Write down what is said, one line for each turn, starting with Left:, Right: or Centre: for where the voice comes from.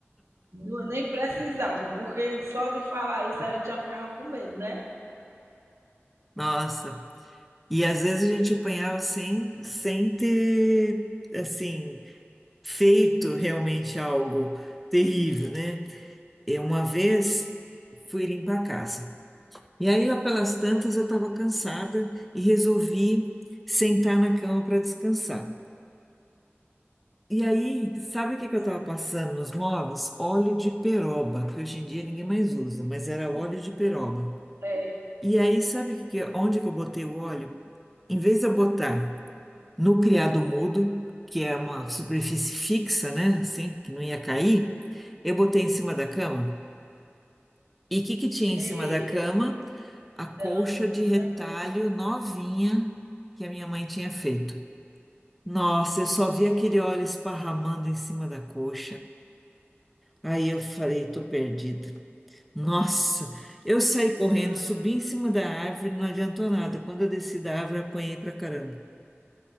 Right: Não, nem precisava, porque só de falar isso a gente já ficava com medo, né?
Centre: nossa. E às vezes a gente apanhava sem, sem ter, assim, feito realmente algo terrível, né? Eu uma vez fui limpar a casa. E aí, lá pelas tantas, eu estava cansada e resolvi sentar na cama para descansar. E aí, sabe o que que
Right: Sim.
Centre: eu estava passando nos móveis? Óleo de peroba, que hoje em dia ninguém mais usa, mas era óleo de peroba.
Right: É.
Centre: E aí, sabe que que, é- onde que eu botei o óleo? Em vez de eu botar no criado mudo, que é uma superfície fixa, né? Assim, que não ia cair, eu botei em cima da cama. E o que que tinha em
Right: Eita,
Centre: cima da cama? a colcha
Right: derramou em
Centre: de
Right: cima
Centre: retalho
Right: da cama.
Centre: novinha que a minha mãe tinha feito. Nossa, eu só vi aquele óleo esparramando em cima da colcha. Aí eu falei, tô perdida. Nossa, eu saí correndo,
Right: Mas,
Centre: subi em cima da árvore, não adiantou nada. Quando eu desci da árvore, apanhei pra caramba.